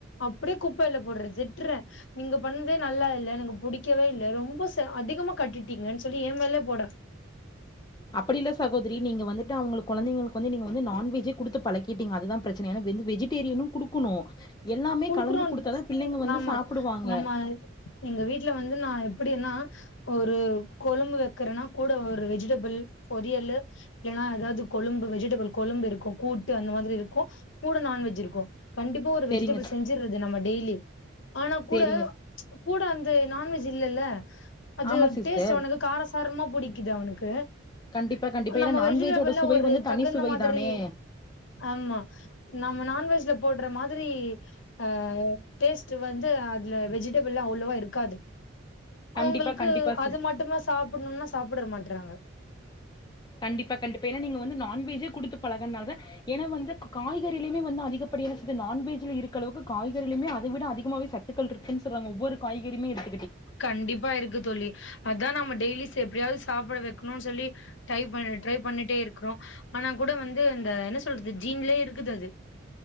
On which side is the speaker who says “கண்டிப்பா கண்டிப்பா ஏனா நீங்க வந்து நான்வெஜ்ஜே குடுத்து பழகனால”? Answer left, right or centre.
Left